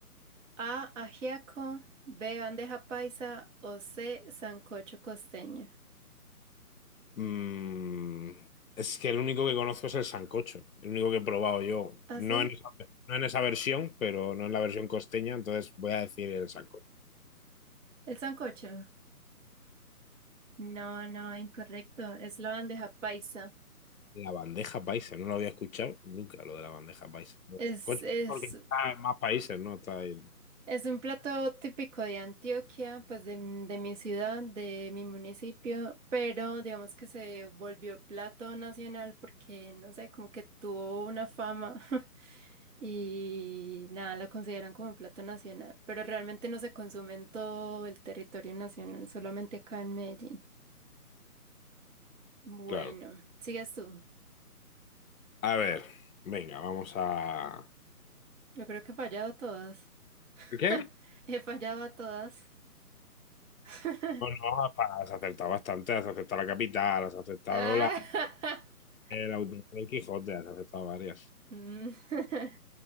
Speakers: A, on the right (about 55°); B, on the left (about 60°).
A: A, ajiaco, B, bandeja paisa o C, sancocho costeño.
B: Mm, es que el único que conozco es el sancocho, el único que he probado yo.
A: ¿Ah,
B: No
A: sí?
B: en esa, no en esa versión, pero no en la versión costeña, entonces voy a decir el sancocho.
A: ¿El sancocho? No, no, incorrecto. Es la bandeja paisa.
B: La bandeja paisa, no lo había escuchado nunca lo de la bandeja paisa. El
A: Es,
B: sancocho
A: es,
B: es porque está en más países, ¿no? Está ahí.
A: es un plato típico de Antioquia, pues de, m- de mi ciudad, de mi municipio, pero digamos que se volvió plato nacional porque, no sé, como que tuvo una fama <laughs> y nada, la consideran como plato nacional, pero realmente no se consume en todo el territorio nacional, solamente acá en Medellín. Bueno,
B: Claro.
A: sigues tú.
B: A ver, venga, vamos a.
A: Yo creo que he fallado a todas. <laughs>
B: ¿Qué?
A: He fallado a todas. <laughs>
B: Bueno, has acertado bastante, has acertado la capital, has acertado
A: Ah,
B: la,
A: <laughs>
B: el autor del Quijote, has acertado varias.
A: mm,